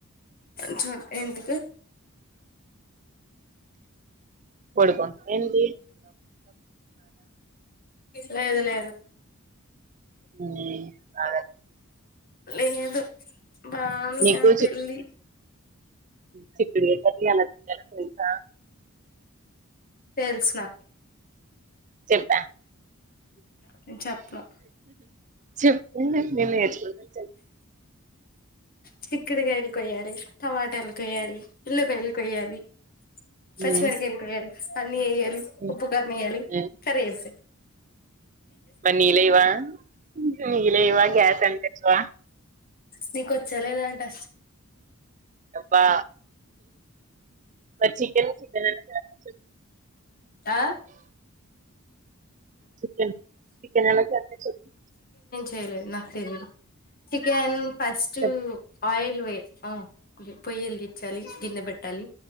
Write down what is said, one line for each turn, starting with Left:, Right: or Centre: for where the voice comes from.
Left: చ్చట్ ఏంటిది?
Right: పొడుకుంట్నవేంది?
Left: లేదు లేదు.
Right: ఉమ్ అదే
Left: లేదు బా ఇంగ
Right: నీకు
Left: పెళ్లి
Right: సిప్పుడు ఎట్టా తీయాలో, ఎలా తెల్సా?
Left: తెలుసు నాకు.
Right: చెప్పా?
Left: నేన్ చెప్పను.
Right: చెప్పూ, నేన్ ఎట్లనో చెప్
Left: చిక్కుడుగాయలు కొయ్యాలి, టమాటాలు కొయ్యాలి, ఉల్లిపాయల్ కొయ్యాలి,
Right: హ్మ్
Left: పచ్చి మిరపకాయలు కొయ్యాలి. పని చెయ్యక్ లి
Right: హ్మ్
Left: ఉప్పు, కారమేయాలి
Right: హ్మ్
Left: కర్రీ అంతే.
Right: మరి నీళ్ళేయ్యవా? నీళ్ళేయ్యవా, గ్యాస్ అంటించ్వా?
Left: నీకొచ్చలేద? ఆంటసల్
Right: అబ్బా మరి చికెన్ చికెన్ ఎలా చేయాలో
Left: ఆ?
Right: చికెన్, చికెనెలా చేత్తావ్ చెప్పు?
Left: రేలే నాకు తెలీదు చికెన్ ఫస్టు
Right: చెప్
Left: ఆయి ఇవే ఆ <unintelligible> పొయ్యెలిగిచ్చాలి గిన్నె పెట్టాలి